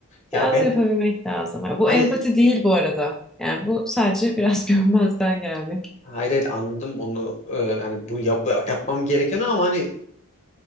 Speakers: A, on the left; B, in the centre.
A: ya
B: biraz
A: ben
B: yapabilmek lazım. Ha, bu
A: hayır
B: empati değil bu arada. Yani bu sadece biraz <laughs> görmezden gelmek.
A: hayır hayır, anladım onu Ee, hani bu yap- yapmam gerekiyor ama hani